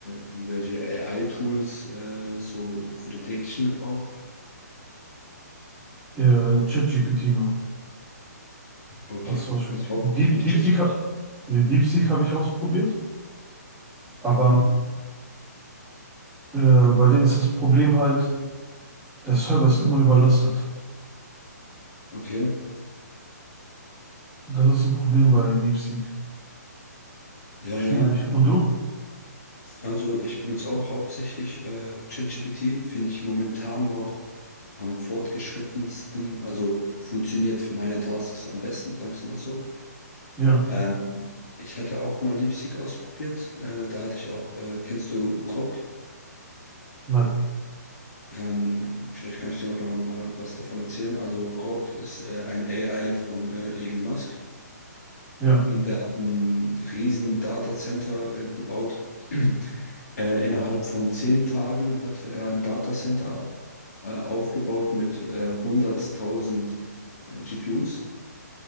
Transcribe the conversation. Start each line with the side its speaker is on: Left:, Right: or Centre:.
Left: irgendwelche AI-Tools äh, so für den täglichen Gebrauch?
Centre: äh, ChatGPT nur.
Left: Okay,
Centre: Fast ausschließlich.
Left: also hauptsächlich
Centre: Deep, DeepSeek,
Left: ChatGPT.
Centre: ha- nee, DeepSeek habe ich ausprobiert, aber
Left: Mhm.
Centre: äh, bei denen ist das Problem halt, Der Server ist immer überlastet.
Left: Okay,
Centre: Das ist ein Problem bei DeepSeek.
Left: ja,
Centre: Schwierig.
Left: ja.
Centre: Und du?
Left: Also ich benutze auch hauptsächlich äh, ChatGPT, finde ich momentan noch am fortgeschrittensten, also funktioniert für meine Tasks am besten, sage ich mal so.
Centre: Ja,
Left: Ähm, ich hatte auch mal DeepSeek ausprobiert, äh, da hatte ich auch, äh, kennst du Grok?
Centre: nein,
Left: Ähm, vielleicht kann ich dir da mal was davon erzählen. Also Grok ist äh, ein AI von äh, Elon Musk.
Centre: ja,
Left: Der hat ein riesen Datacenter äh, gebaut. <clears throat> Äh, innerhalb von zehn Tagen hatte er ein Datacenter äh, aufgebaut mit äh, 100.000 äh, GPUs.